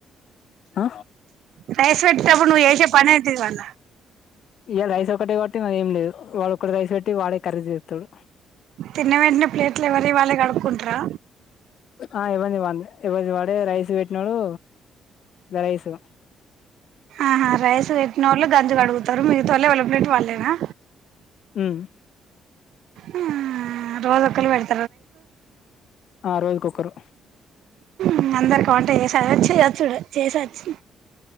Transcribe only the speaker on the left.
ఆ
ఇగ రైస్ ఒక్కటే పట్టిన ఏంలేదు వాడు ఒకడు రైస్ పెట్టి వాడే కర్రీ జేస్తడు
ఆ ఎవన్ది వాన్దే ఎవన్ది వాడే రైస్ పెట్టినోడు రైస్ ఇగా
ఉమ్
ఆ రోజుకొక్కరు